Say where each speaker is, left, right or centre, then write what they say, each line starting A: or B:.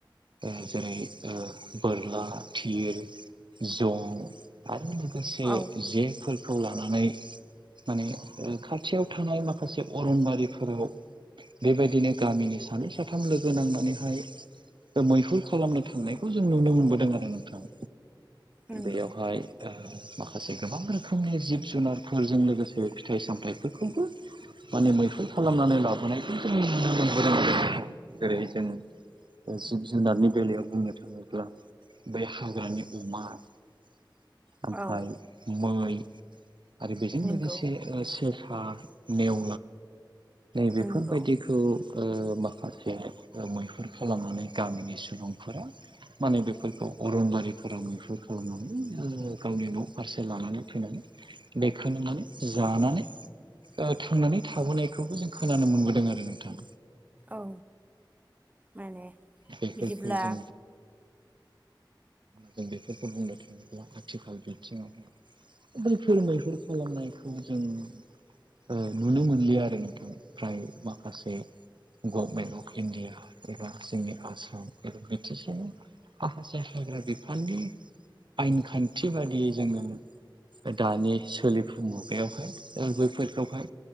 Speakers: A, on the right (about 70°); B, on the right (about 20°).
A: ओ जेरै ओ बोरला थिर जं आरो माखासे
B: औ
A: जेफोरखौ लानानै माने खाथियाव थानाय माखासे अरनबारिफोराव बेबायदिनो गामिनि सानै साथाम लोगो नांनानैहाय मैहुर खालामनो थांनायखौ जों नुनो मोनबोदों आरो नोंथां
B: नंगौ
A: बेयावहाय माखासे गोबां रोखोमनि जिब जुनार फोरजों लोगोसे फिथाइ सामथाइफोरखौबो माने मैहुन खालामनानै लाबोनायखौ जों नुनो मोनबो जेरै जों जिब जुनारनि बेलायाव बुंनो थाङोब्ला बै हाग्रानि अमा <inaudible> ओमफाय
B: औ
A: मै आरो बेजों
B: नंगौ
A: लोगोसे सेसा नेव नै बेफोरबायदिखौ
B: नंगौ
A: ओ माखासे मैहुर खालामनानै गामिनि सुबुंफोरा माने बेफोरखौ अरनबारिफोराव बेफोर खालामनानै गावनि न' फारसे लानानै फैनानै बेखोनो माने जानानै ओ थांनानै थाबोनायखौबो जों खोनानो मोनबोदों आरो नोंथां
B: औ माने
A: बेफोरखौ
B: बिदिब्ला
A: जों जों बेफोरखौ बुंनो थाङोब्ला आथिखाल बिथिङावहाय बैफोर मैहुर खालामनायखौ जों ओ नुनो मोनलिया आरो नोंथां फ्राय माखासे गभमेन्ट अफ इन्डिया ऐसा जोंनि आसाम बिथिसिनि माखासे हाग्रा बिफाननि आयेन खान्थि बादियै जोङो दानि सोलिफु मुगायावहाय बैफोरखौहाय